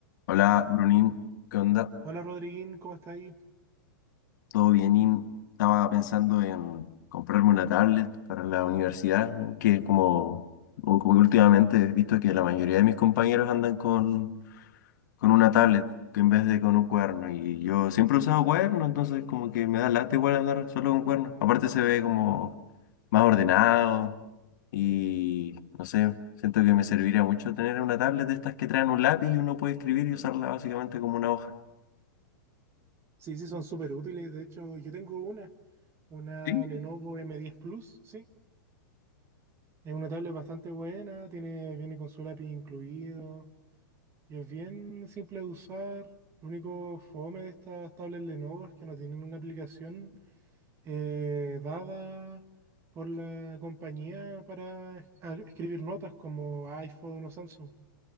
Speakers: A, on the left; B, on the right.
A: Hola, Brunín, ¿qué onda?
B: Hola Rodriguín, ¿cómo está ahí?
A: ¿Todo bienín? Estaba pensando en comprarme una tablet para la universidad, ¿no? que como, o como que últimamente he visto que la mayoría de mis compañeros andan con, con una tablet que en vez de con un cuerno, y yo siempre he usado cuerno, entonces como que me da lata igual andar solo con cuerno. Aparte se ve como más ordenado y no sé, siento que me serviría mucho tener una tablet de estas que traen un lápiz y uno puede escribir y usarla básicamente como una hoja.
B: Sí, sí, son súper útiles. De hecho, yo tengo una, una
A: Sí.
B: Lenovo m diez Plus, sí. Es una tablet bastante buena, tiene, viene con su lápiz incluido y es bien simple de usar. Lo único fome de estas tablets Lenovo es que no tienen una aplicación eh, dada por la compañía para a- escribir notas como iPhone o Samsung.